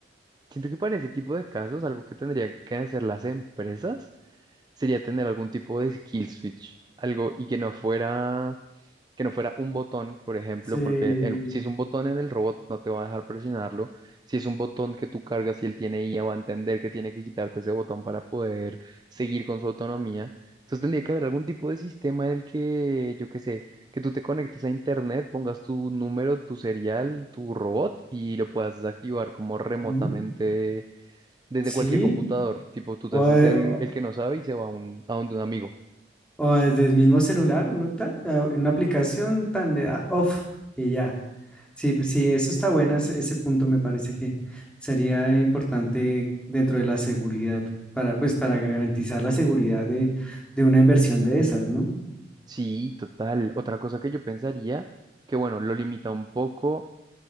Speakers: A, on the right; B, in the centre.
A: siento que para ese tipo de casos, algo que tendrían que hacer las empresas sería tener algún tipo de skill switch, algo y que no fuera que no fuera un botón, por ejemplo,
B: Sí,
A: porque el- si es un botón en el robot no te va a dejar presionarlo. Si es un botón que tú cargas y él tiene IA, va a entender que tiene que quitarte ese botón para poder seguir con su autonomía. Entonces tendría que haber algún tipo de sistema en el que, yo qué sé, que tú te conectes a internet, pongas tu número, tu serial, tu robot y lo puedas desactivar como remotamente
B: mm,
A: desde
B: sí.
A: cualquier computador. Tipo, tú
B: O,
A: te haces
B: de-
A: el,
B: o-
A: el que no sabe y se va a un, a un amigo.
B: o desde el mismo celular, uno está en una aplicación tan le da off y ya. Sí, pues sí, eso está bueno, ese, ese punto me parece que sería importante dentro de la seguridad, para, pues para garantizar la seguridad de, de una inversión de esas, ¿no?
A: Sí, total. Otra cosa que yo pensaría, que bueno, lo limita un poco,